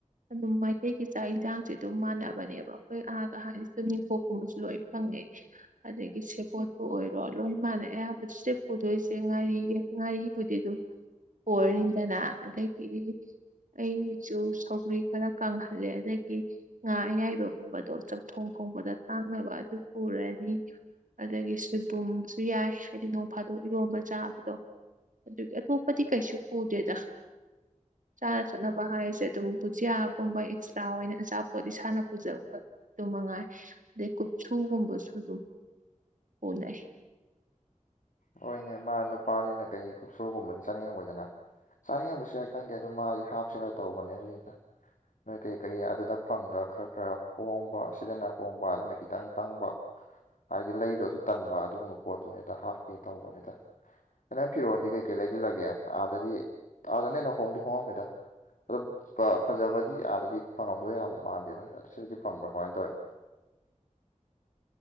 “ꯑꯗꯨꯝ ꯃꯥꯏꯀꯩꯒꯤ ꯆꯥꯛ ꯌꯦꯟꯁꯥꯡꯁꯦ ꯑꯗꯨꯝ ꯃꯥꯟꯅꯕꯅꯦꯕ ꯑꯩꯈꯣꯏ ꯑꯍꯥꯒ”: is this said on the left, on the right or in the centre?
Right